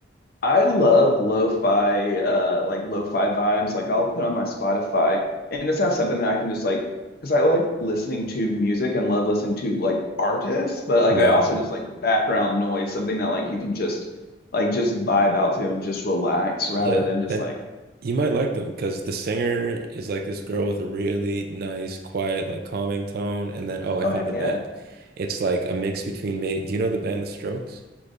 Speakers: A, on the left; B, on the right.
A: I love lo-fi, uh, like lo-fi vibes. Like I'll put on my Spotify and just have something that I can just like, because I like listening to music and love listening to like artists, but like
B: Yeah.
A: I also just like background noise, something that like you can just like just vibe out to and just relax rather
B: Yeah,
A: than just
B: then
A: like,
B: you might like them because the singer is like this girl with a really nice, quiet, like calming tone. And then, oh, I
A: oh
B: found
A: heck
B: the
A: yeah,
B: band. It's like a mix between me. Do you know the band The Strokes?